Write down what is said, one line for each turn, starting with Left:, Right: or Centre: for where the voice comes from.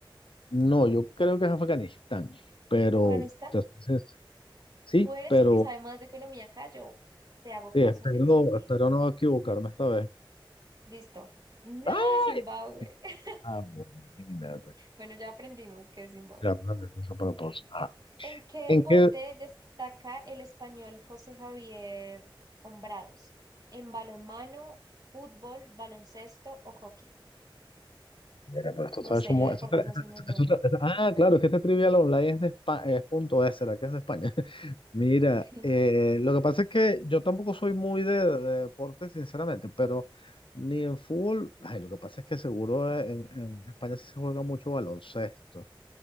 Left: No, yo creo que es Afganistán, pero
Right: Afganistán.
Left: te soy sincero. sí,
Right: Tú eres
Left: pero
Right: el que sabe más de economía acá. Yo te hago
Left: sí,
Right: caso
Left: espero,
Right: en ese sentido.
Left: espero no equivocarme esta vez.
Right: Listo. No,
Left: ¡Ay!
Right: Zimbabue. <laughs>
Left: Ah, bueno, imagínate.
Right: Bueno, ya aprendimos que es Zimbabue.
Left: Ya, bueno, eso para pausa. Ah,
Right: ¿En qué
Left: ¿En
Right: deporte
Left: qué
Right: destaca el español José Javier Hombrados? ¿En balonmano, fútbol, baloncesto o hockey?
Left: Mira, pero
Right: Uf,
Left: esto está
Right: no sé,
Left: hecho mo-
Right: yo de deportes
Left: esto está- esto-
Right: no soy muy
Left: esto-
Right: buena.
Left: esto está- esto- ah, claro, es que este Trivial Online es de España, es punto es, ¿será que es de España? <laughs> Mira,
Right: <laughs>
Left: eh, lo que pasa es que yo tampoco soy muy de, de deporte, sinceramente, pero ni en fútbol, ay, lo que pasa es que seguro en, en España sí se juega mucho baloncesto.